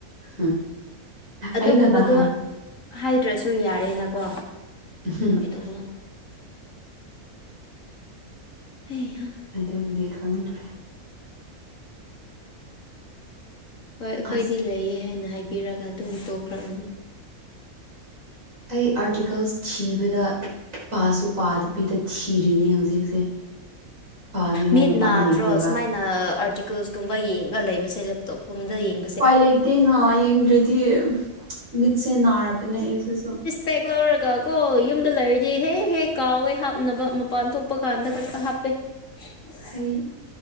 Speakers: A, on the right; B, on the left.
A: ꯎꯝ
B: ꯑꯗꯨꯒꯨꯝꯕꯗꯣ
A: ꯑꯩꯅ ꯅꯍꯥꯟ
B: ꯍꯥꯏꯗ꯭ꯔꯁꯨ ꯌꯥꯔꯦꯅꯀꯣ
A: <unintelligible>
B: ꯀꯩꯗꯧꯅꯣ ꯍꯩꯍꯥ
A: ꯑꯗꯨꯕꯨꯗꯤ ꯈꯪꯗ꯭ꯔꯦ
B: ꯍꯣꯏ ꯑꯩꯈꯣꯏꯗꯤ
A: ꯑꯁ
B: ꯂꯩꯌꯦ ꯍꯥꯏꯅ ꯍꯥꯏꯕꯤꯔꯒ ꯑꯗꯨꯝ ꯇꯣꯛꯈ꯭ꯔꯕꯅꯦ
A: ꯑꯩ ꯑꯥꯔꯇꯤꯀꯜꯁ ꯊꯤꯕꯗ ꯄꯥꯁꯨ ꯄꯥꯗꯕꯤꯗ ꯊꯤꯔꯤꯅꯦ ꯍꯧꯖꯤꯛꯁꯦ ꯄꯥꯅꯤꯡꯉꯥꯢ
B: ꯃꯤꯠ
A: ꯃꯇꯝ
B: ꯅꯥꯗ꯭ꯔꯣ
A: ꯂꯩꯇꯦꯕ
B: ꯁꯨꯃꯥꯏꯅ ꯑꯥꯔꯇꯤꯀꯜꯁꯀꯨꯝꯕ ꯌꯦꯡꯉ ꯂꯩꯕꯁꯦ ꯂꯦꯞꯇꯣꯞꯀꯨꯝꯗ ꯌꯦꯡ
A: ꯎꯄꯥꯏ ꯂꯩꯇꯦꯅ ꯌꯦꯡꯗ꯭ꯔꯗꯤ ꯃꯤꯠꯁꯦ ꯅꯥꯔꯕꯅꯦ ꯑꯩꯁꯤꯁꯨ
B: ꯄꯦꯛ ꯂꯧꯔꯒ ꯀꯣ ꯌꯨꯝꯗ ꯂꯩꯔꯗꯤ ꯍꯦ ꯍꯦꯛ ꯀꯥꯎꯋꯦ ꯍꯥꯞꯅꯕ ꯃꯄꯥꯟ ꯊꯣꯛꯄ ꯀꯥꯟꯗ ꯈꯛꯇ ꯍꯥꯞꯄꯦ <inaudible>
A: ꯑꯩ